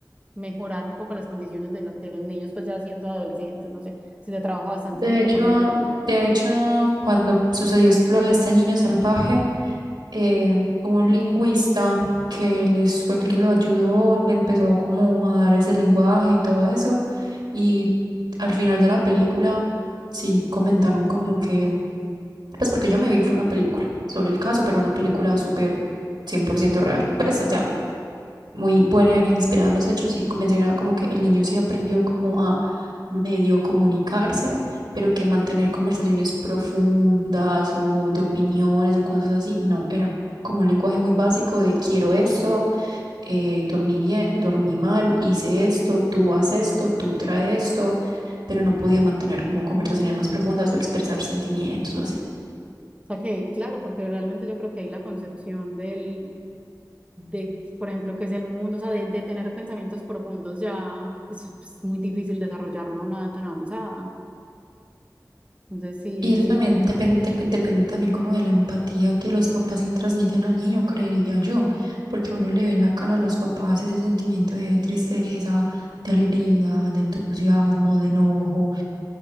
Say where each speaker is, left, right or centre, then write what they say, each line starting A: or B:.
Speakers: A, on the right; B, on the right.
A: mejorar un poco las condiciones de, la- de los niños, pues ya siendo adolescentes, no sé, si se trabaja bastante
B: De
A: tiempo
B: hecho,
A: con ellos.
B: de hecho, cuando sucedió lo de este niño salvaje, eh, hubo un lingüista que les fue el que lo ayudó, le empezó como a dar ese lenguaje y todo eso. Y al final de la película, sí comentaron como que, pues porque yo me vi fue una película sobre el caso, pero una película
A: Ah,
B: súper 100% real. Pues, o sea, muy buena, e inspirada en los hechos y mencionaba como que el niño sí aprendió como a medio comunicarse, pero que mantener conversaciones profundas o de opiniones o cosas así, no, era como un lenguaje muy básico de quiero esto, eh, dormí bien, dormí mal, hice esto, tú haz esto, tú trae esto, pero no podía mantener como
A: Ajá.
B: conversaciones
A: O
B: más profundas o expresar sentimientos o así.
A: sea que, claro, porque realmente yo creo que ahí la concepción del, de, por ejemplo, qué es el mundo, o sea, de, de tener pensamientos profundos ya es, pues, muy difícil desarrollarlo a una edad tan avanzada. Entonces sí,
B: Y eso
A: sí
B: también
A: puede
B: depende, depende también como de la empatía que los papás le transmiten al niño, creería yo, porque uno le ve en la cara a los papás ese sentimiento de tristeza, de alegría, de entusiasmo, de enojo.